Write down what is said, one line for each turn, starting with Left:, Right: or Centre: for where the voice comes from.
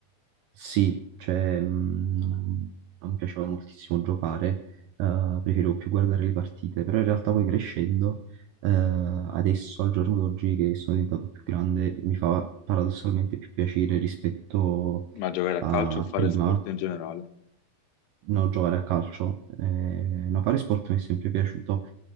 Right: sì, cioè mh, non non mi piaceva moltissimo giocare, eh, preferivo più guardare le partite, però in realtà poi crescendo eh, adesso, al giorno d'oggi, che sono diventato più grande, mi fa paradossalmente più piacere rispetto
Left: ma giocare a
Right: a
Left: calcio o fare
Right: prima,
Left: sport in generale,
Right: no, giocare a calcio. Eh, no, fare sport mi è sempre piaciuto,